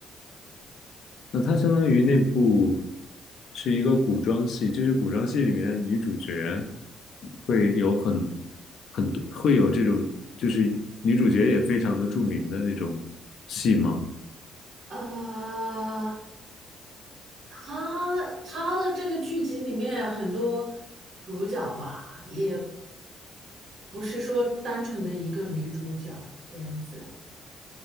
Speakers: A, on the left (about 65°); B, on the right (about 60°).
A: 那它相当于那部是一个古装戏，就是古装戏里面的女主角会有很很多会有这种，就是女主角也非常的著名的那种戏吗？
B: 啊，他他的这个剧集里面很多主角吧，也不是说单纯的一个女主角这样子，